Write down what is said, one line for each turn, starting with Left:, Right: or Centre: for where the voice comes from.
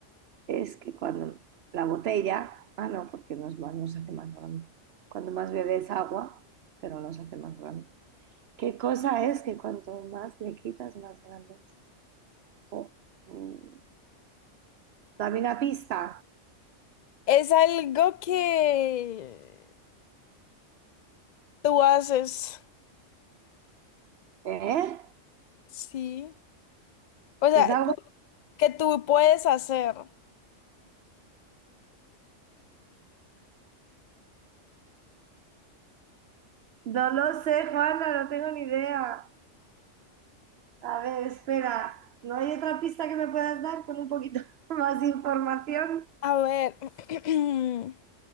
Right: es que cuando la botella, ah no, porque no es más, no se hace más grande. Cuando más bebes agua, pero no se hace más grande. ¿Qué cosa es que cuanto más le quitas, más grande es? Jo, mm. Dame una pista.
Left: Es algo que tú haces,
Right: ¿Eh?
Left: sí. O sea,
Right: Es algo...
Left: que tú puedes hacer.
Right: No lo sé, Juana, no tengo ni idea. A ver, espera. ¿No hay otra pista que me puedas dar con un poquito <laughs> más de información?
Left: A ver, <clears throat>